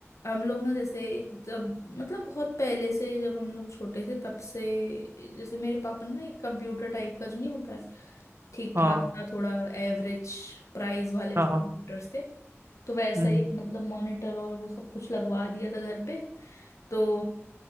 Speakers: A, on the left; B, on the right.
A: हम लोग ना जैसे जब मतलब बहुत पहले से जब हम लोग छोटे थे तब से जैसे मेरे पापा ने ना एक कंप्यूटर टाइप का जो नहीं होता है ठीक
B: हाँ
A: ठाक सा थोड़ा एवरेज प्राइस वाले
B: हाँ
A: जो
B: हाँ
A: कंप्यूटर्स थे तो वैसा
B: हम्म,
A: एक मतलब मॉनिटर और वो सब कुछ लगवा दिया था घर पे तो